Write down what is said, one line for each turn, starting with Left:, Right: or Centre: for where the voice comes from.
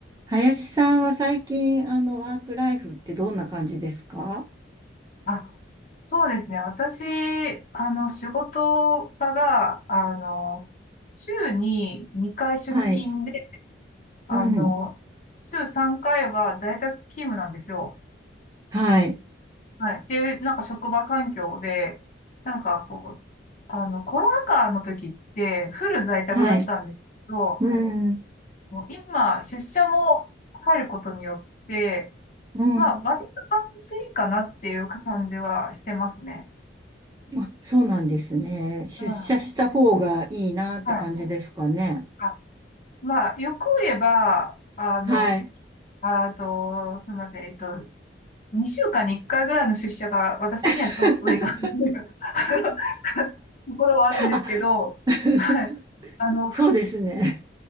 Right: 林さんは最近、あの、ワークライフってどんな感じですか
Left: あそうですね。私、あの、仕事場が、あの、週に2回出勤で、
Right: はい。
Left: あの、
Right: うん。
Left: 週3回は在宅勤務なんですよ。
Right: はい。
Left: はい。っていう、なんか職場環境で、なんかこう、あの、コロナ禍の時ってフル在宅だったんですけど、
Right: はい。うん。
Left: もう今、出社も入ることによって、
Right: うん。
Left: まあ、割と安心かなっていう感じはしてますね。
Right: あ、そうなんですね。出社した方がいいなって感じですかね。
Left: うん。はい。あまあ、よく言えば、あの、
Right: はい。
Left: 月あと、すみません、えっと、2週間に1回ぐらいの出社が私的にはちょうどいいかなという
Right: <laughs>
Left: <laughs> ところはあるんですけど、
Right: あ、<laughs>
Left: はい。あの、
Right: そうですね。
Left: ふ